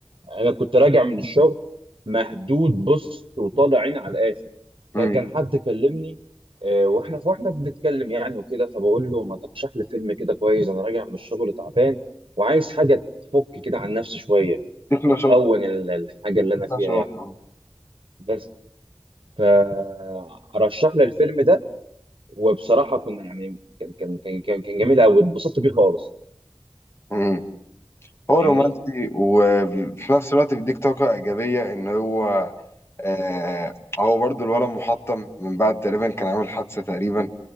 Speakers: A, on the right (about 70°); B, on the left (about 30°).
A: أنا كنت راجع من الشغل مهدود بص وطالع عين على الآخر
B: امم
A: فكان حد كلمني آه، وإحنا فإحنا بنتكلم يعني وكده فبقول له ما ترشح لي فيلم كده كويس أنا راجع من الشغل تعبان وعايز حاجة تفك كده عن نفسي شوية
B: فيك نشاط
A: وتهون ال- الحاجة
B: فيك
A: اللي أنا فيها
B: نشاط
A: يعني
B: أهو.
A: بس فرشح لي الفيلم ده وبصراحة كنا يعني كان كان كان كان كان جميل أوي اتبسطت بيه خالص
B: امم هو
A: فاهمني؟
B: رومانسي وفي نفس الوقت بيديك طاقه ايجابيه ان هو آه هو برضو الولد محطم من بعد تقريبا كان عامل حادثة تقريبا